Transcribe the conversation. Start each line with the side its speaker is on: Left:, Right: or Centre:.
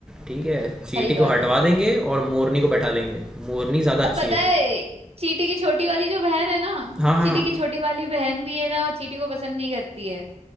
Centre: ठीक है चींटी
Right: सही बात
Centre: को हटवा
Right: है
Centre: देंगे और मोरनी को बैठा लेंगे मोरनी ज़्यादा अच्छी
Right: अब पता
Centre: है
Right: है चीटी की छोटी वाली जो बहन है ना
Centre: हाँ हाँ
Right: चीटी की छोटी वाली बहन भी है ना वो चीटी को पसंद नहीं करती है